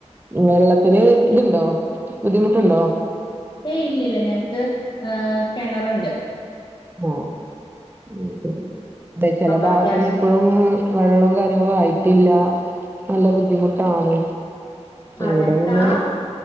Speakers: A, on the right; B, on the left.
A: വെള്ളത്തില് ഇതുണ്ടോ ബുദ്ധിമുട്ടുണ്ടോ
B: ഏയ് ഇല്ലില്ല ഞങ്ങക്ക് ഏ കെണറ്ണ്ട്
A: ഓ അത് ശെരി തെ ചെല
B: അപ്പൊ
A: ഭാഗത്തൊന്നും
B: അത്യാവശ്യം
A: ഇപ്പഴും വെള്ളോം കാര്യങ്ങളും ആയി ട്ടില്ല നല്ല ബുദ്ധിമുട്ടാണ്
B: ആ
A: ഇവിടെ
B: ഞങ്ങക്ക്
A: പിന്നെ
B: ആ